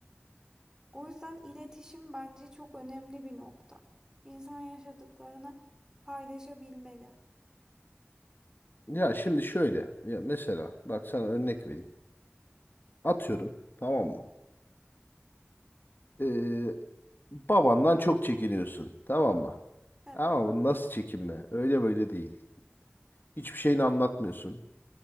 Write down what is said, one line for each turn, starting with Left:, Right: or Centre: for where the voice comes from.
Right: o yüzden iletişim bence çok önemli bir nokta. İnsan yaşadıklarını paylaşabilmeli.
Left: Ya şimdi şöyle. Ya mesela bak sana örnek vereyim. Atıyorum. Tamam mı? Ee, babandan çok çekiniyorsun. Tamam mı?
Right: Evet.
Left: Ama bu nasıl çekinme? Öyle böyle değil. Hiçbir şeyini anlatmıyorsun.